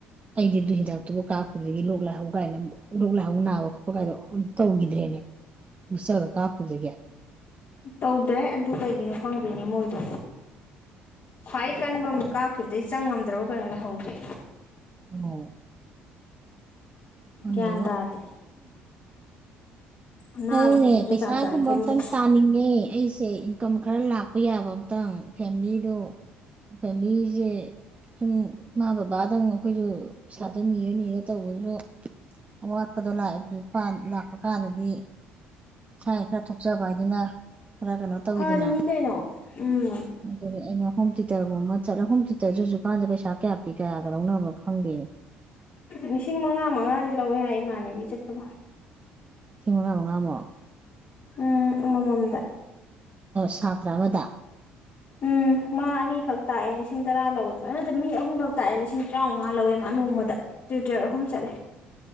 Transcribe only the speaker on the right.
ꯑꯩꯗꯤ ꯑꯗꯨ ꯍꯤꯗꯥꯛꯇꯨꯕꯨ ꯀꯥꯞꯈꯤꯕꯗꯒꯤ ꯂꯣꯛ ꯂꯥꯏꯍꯥꯎ ꯀꯥꯏꯅ ꯂꯣꯛ ꯂꯥꯏꯍꯥꯎ ꯅꯥꯕ ꯈꯣꯠꯄ ꯀꯥꯏꯗꯣ ꯑꯃ ꯇꯧꯈꯤꯗ꯭ꯔꯦꯅꯦ ꯎꯁꯗ ꯀꯥꯄꯗꯒꯦ
ꯑꯣ ꯍꯗꯦ
ꯋꯥ
ꯑꯗꯨꯅꯦ ꯄꯩꯁꯥꯒꯨꯝꯕ
ꯑꯝꯇꯪ ꯇꯥꯅꯤꯡꯉꯦ ꯑꯩꯁꯦ ꯏꯀꯝ ꯈꯔ ꯂꯥꯛꯄ ꯌꯥꯕ ꯑꯃꯝꯇꯪ ꯐꯦꯂꯤꯗꯣ ꯐꯦꯂꯤꯁꯦ ꯁꯨꯝ ꯏꯃꯥ ꯕꯕꯥꯗꯪ ꯑꯩꯈꯣꯏꯁꯨ ꯄꯩꯁꯥꯗ ꯅꯤꯔ ꯅꯤꯔ ꯇꯧꯕꯁꯨ ꯑꯋꯥꯠꯄꯗꯣ ꯂꯥꯛꯑꯦꯕ ꯂꯥꯛꯄ ꯀꯥꯟꯗꯗꯤ ꯆꯥꯏ ꯈꯔ ꯊꯣꯛꯆꯕ ꯍꯥꯏꯗꯨꯅ ꯈꯔ ꯀꯩꯅꯣ ꯇꯧꯋꯤꯗꯅ
ꯑꯗꯨꯒꯤ ꯑꯩꯅ ꯍꯣꯝ ꯇꯤꯨꯇꯔꯒꯨꯝꯕ ꯆꯠꯂ ꯍꯣꯝ ꯇꯤꯦꯇꯔ ꯍꯧꯖꯤꯛꯀꯥꯟꯗ ꯄꯩꯁꯥ ꯀꯌꯥ ꯄꯤ ꯀꯌꯥꯒꯗꯧꯅꯕ ꯈꯪꯗꯦ
ꯆꯍꯤꯁꯤꯡ ꯃꯉꯥ ꯃꯉꯥ ꯑꯃꯣ
ꯁ ꯐ꯭ꯔ ꯑꯃꯗꯗꯥ